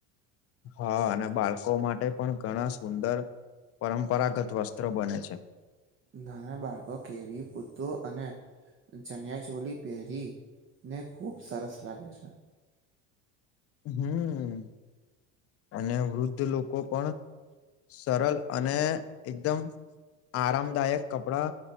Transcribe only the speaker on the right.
નાના બાળકો કેડીયુ, કુર્તો અને ચનિયા ચોલી પહેરી ને ખુબ સરસ લાગે છે.